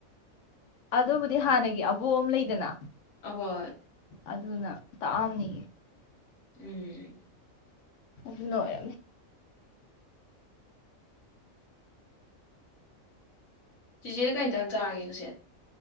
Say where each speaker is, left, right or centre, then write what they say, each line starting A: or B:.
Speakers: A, on the left; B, on the left.
A: ꯑꯗꯨꯕꯨꯗꯤ ꯍꯥꯟꯅꯒꯤ ꯕꯣ ꯑꯃ ꯂꯩꯗꯅ
B: ꯑꯍꫭꯏ
A: ꯑꯗꯨꯅ ꯇꯥꯛꯑꯝꯅꯤꯌꯦ
B: ꯎꯝ
A: ꯑꯗꯨꯅ ꯑꫭꯏꯔꯝꯅꯤ
B: ꯆꯤꯆꯦ ꯀꯔꯤꯏꯟꯖꯡ ꯆꯥꯔꯒꯦ ꯉꯁꯤ